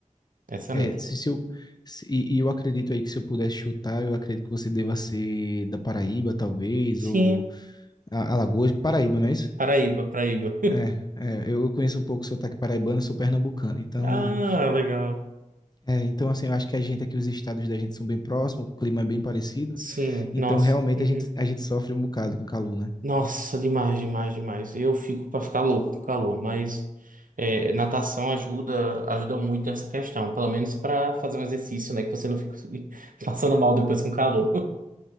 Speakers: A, on the right; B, on the left.
A: é Excelente.
B: é, se, se eu, se- e e eu acredito aí que se eu pudesse chutar, eu acredito que você deva ser da Paraíba, talvez,
A: Sim,
B: ou a- Alagoas, Paraíba, não é isso?
A: Paraíba, Paraíba.
B: É, é, eu conheço um pouco o sotaque paraibano, sou pernambucano, então,
A: Ah, legal.
B: é, então assim, eu acho que a gente aqui, os estados da gente são bem próximos, o clima é bem parecido,
A: Sim,
B: então
A: nossa.
B: realmente
A: Uhum.
B: a gente, a gente sofre um bocado com calor, né?
A: Nossa, demais, demais, demais. Eu fico pra ficar louco com calor, mas é, natação ajuda, ajuda muito nessa questão. Pelo menos pra fazer um exercício, né? Que você não fica <laughs> passando mal depois com calor. <laughs>